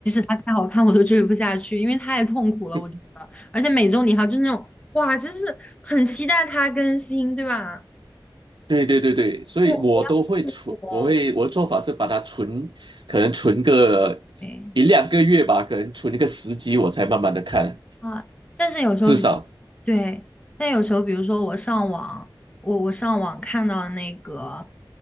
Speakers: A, on the left; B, on the right.
A: 它太好看我都追不下去，因为太痛苦了，
B: <laughs>
A: 我觉得。而且每周你还就是那种哇，真是很期待它更新，对吧？
B: 对对对对，所以我都会存，
A: 对，不要痛苦哦。
B: 我会我的做法是把它存，可能存个
A: 对。
B: 一两个月吧，可能存一个时机，我才慢慢的看。
A: 啊，但是有时候比，
B: 至少
A: 对，但有时候比如说我上网，我我上网看到那个，